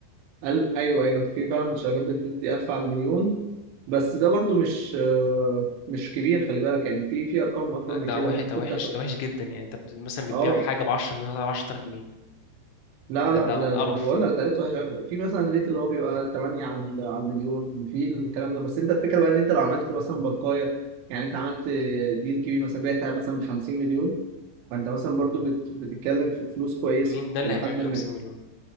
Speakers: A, on the right; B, on the left.
A: قال... ايوه ايوه في فعلا شركات بتدي 1000 على المليون بس ده برضو مش آه، مش كبير خلي بالك يعني في في ارقام اكبر
B: لا
A: من
B: ده
A: كده
B: وحش
A: ممكن
B: ده وحش
A: تاخد
B: ده وحش جدا يعني انت بت- مثلا بتبيع
A: اه
B: حاجه ب 10 مليون على 10000 جنيه
A: لا
B: ده
A: لا
B: ده
A: وده ما
B: قرف
A: بقول
B: يعني.
A: لك ده ريت وحش أوي. في مثلا ريت اللي هو بيبقى 8 على ال- على المليون في الكلام ده بس انت الفكره بقى ان انت لو عملت مثلا بلقايه يعني انت عملت ديل كبير مثلا بعتها مثلا ب 50 مليون فانت مثلا برضو بت... بتتكلم في فلوس كويسه
B: مين ده اللي
A: لحد
B: هيبيع ب 50
A: ما
B: مليون